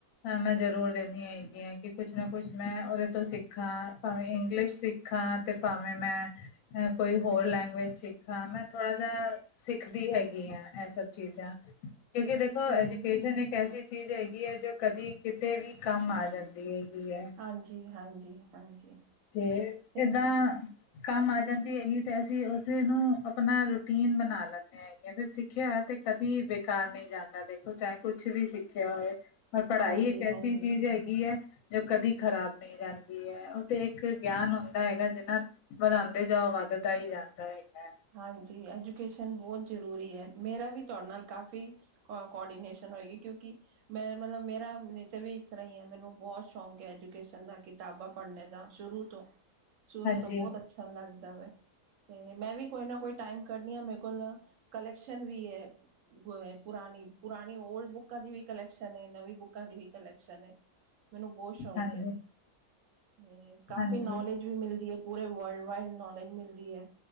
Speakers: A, on the left; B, on the right.
A: ਅ ਮੈਂ ਜ਼ਰੂਰ ਦਿੰਦੀ ਹਾਂ ਹੈਗੀਆਂ ਕਿ ਕੁਛ ਨਾ ਕੁਛ ਮੈਂ ਉਹਦੇ ਤੋਂ ਸਿੱਖਾਂ ਭਾਵੇਂ ਇੰਗਲਿਸ਼ ਸਿੱਖਾਂ ਤੇ ਭਾਵੇਂ ਮੈਂ ਕੋਈ ਹੋਰ ਲੈਂਗੁਏਜ ਸਿੱਖਾਂ ਮੈਂ ਥੋੜਾ ਜਿਹਾ, ਸਿੱਖਦੀ ਹੈਗੀ ਆ, ਇਹ ਸਭ ਚੀਜ਼ਾਂ ਕਿਉਂਕਿ ਦੇਖੋ
B: ਸੇਮ
A: ਐਜੂਕੇਸ਼ਨ ਇੱਕ ਐਸੀ ਚੀਜ਼ ਹੈਗੀ ਹੈ ਜੋ ਕਦੀ ਕਿਤੇ ਵੀ ਕੰਮ ਆ ਜਾਂਦੀ ਹੈਗੀ ਹੈ।
B: ਹਾਂਜੀ -ਹਾਂਜੀ -ਹਾਂਜੀ
A: ਤੇ
B: ਸੇਮ
A: ਏਦਾਂ- ਕੰਮ ਆ ਜਾਂਦੀ ਹੈਗੀ ਤੇ ਅਸੀਂ ਉਸੇ ਨੂੰ ਆਪਣਾ ਰੂਟੀਨ ਬਣਾ ਲੈਂਦੇ ਹਾਂ। ਫਿਰ ਸਿੱਖਿਆ ਹੋ ਤੇ ਕਦੀ ਬੇਕਾਰ ਨਹੀਂ ਜਾਂਦਾ ਦੇਖੋ ਚਾਹੇ ਕੁਛ ਵੀ ਸਿੱਖਿਆ ਹੋਵੇ ਰ ਪੜ੍ਹਾਈ
B: ਹਾਂਜੀ
A: ਇੱਕ ਐਸੀ
B: ਹਾਂਜੀ
A: ਚੀਜ਼ ਹੈਗੀ ਹੈ ਜੋ ਕਦੀ ਖ਼ਰਾਬ ਨਹੀਂ ਜਾਂਦੀ ਹੈ ਤੇ ਇੱਕ ਗਿਆਨ ਹੁੰਦਾ ਹੈਗਾ ਜਿਹਨਾ ਵਧਾਉਂਦੇ ਜਾਓ ਵੱਧਦਾ ਹੀ ਜਾਂਦਾ ਹੈਗਾ
B: ਹਾਂਜੀ ਐਜੂਕੇਸ਼ਨ ਬਹੁਤ ਜ਼ਰੂਰੀ ਹੈ ਮੇਰਾ ਵੀ ਤੁਹਾਡੇ ਨਾਲ ਕਾਫੀ- ਕੋ ਕੋਆਰਡੀਨੇਸ਼ਨ ਹੋਏਗੀ, ਕਿਉਂਕਿ ਮੈਂ ਮਤਲਬ ਮੇਰਾ ਨੇਚਰ ਵੀ ਇਸ ਤਰ੍ਹਾਂ ਹੀ ਹੈ ਮੈਨੂੰ ਬਹੁਤ ਸ਼ੌਂਕ ਹੈ ਐਜੂਕੇਸ਼ਨ ਦਾ ਕਿਤਾਬਾਂ ਪੜ੍ਹਨੇ ਦਾ- ਸ਼ੁਰੂ ਤੋਂ, ਸ਼ੁਰੂ
A: ਹਾਂਜੀ
B: ਤੋਂ ਬਹੁਤ ਅੱਛਾ ਲੱਗਦਾ ਵ ਤੇ ਮੈਂ ਵੀ- ਕੋਈ ਨਾ ਕੋਈ ਟਾਈਮ ਕੱਢਣੀ ਆ ਮੇਰੇ ਕੋਲ ਕਲੈਕਸ਼ਨ ਵੀ ਹੈ। ਗ ਹੈ ਪੁਰਾਣੀ ਪੁਰਾਣੀ ਓਲਡ ਬੁੱਕਾਂ ਦੀ ਵੀ ਕਲੈਕਸ਼ਨ ਹੈ ਨਵੀਂ ਬੁੱਕਾਂ ਦੀ ਵੀ ਕਲੈਕਸ਼ਨ, ਮੈਨੂੰ ਬਹੁਤ ਸ਼ੌਕ-
A: ਹਾਂਜੀ
B: ਅਤੇ ਕਾਫ਼ੀ
A: ਹਾਂਜੀ
B: ਨੌਲੇਜ ਵੀ ਮਿਲਦੀ ਹੈ ਪੂਰੇ ਵਰਲਡ ਵਾਈਡ ਨੌਲੇਜ ਮਿਲਦੀ ਹੈ।